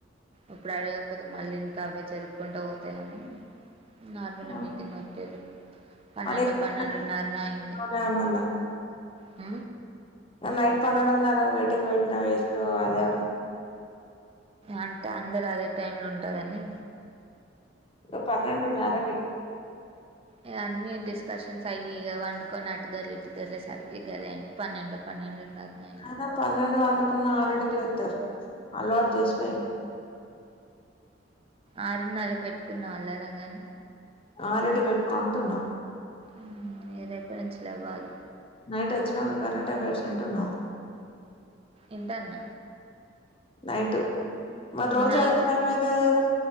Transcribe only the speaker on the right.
ఇప్పుడు అడగక్పోతే మళ్ళీ ఇంకా అవ్వే జరుక్కుంట వోతాయని నార్మల్ల
మీటింగ్ వెట్టిల్లు పన్నెండో
పన్నెండుర్న్ నో అయింది
హ
అంటే అందరు అదే టైమ్ లో ఉంటారని
ఇగ అన్ని డిస్కషన్స్ అయ్యి ఇగ వండుకొని అటు దొర్లి ఇట్టు దొర్లే సరికి గదే అయింది పన్నెండు పన్నెండున్నర్నే
ఆరున్నరకు పెట్టుకున్నా అల్లారంగాని
ఉ ఇయ రేప నుంచి లెవ్వలే
ఇంటన్న
నైట్